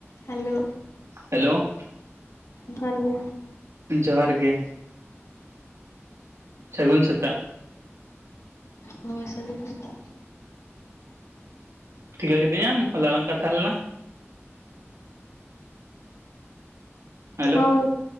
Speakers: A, on the left (about 80°); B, on the right (about 80°).
A: Hello
B: hello
A: ᱡᱚᱦᱟᱨ ᱜᱮ
B: ᱡᱚᱦᱟᱨ ᱜᱮ ᱥᱟᱹᱜᱩᱱ ᱥᱮᱛᱟᱜ
A: ᱦᱳᱭ‌ ᱥᱟᱜᱩᱱ ᱥᱮᱛᱟᱜ
B: ᱴᱷᱤᱠᱟᱹ ᱠᱤᱫᱤ ᱧᱟᱢ ᱦᱚᱞᱟ ᱞᱟᱝ ᱠᱟᱛᱷᱟ ᱞᱮᱱᱟ ᱦᱮᱞᱳ
A: ᱦᱳᱭ